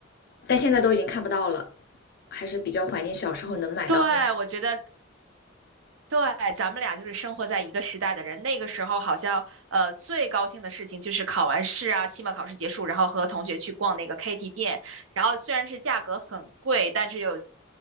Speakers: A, on the left; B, on the right.
A: 但现在都已经看不到了，还是比较怀念小时候能买到。
B: 对，我觉得对，咱们俩就是生活在一个时代的人。那个时候好像，呃，最高兴的事情就是考完试啊，期末考试结束，然后和同学去逛那个 KT 店，然后虽然是价格很贵，但是又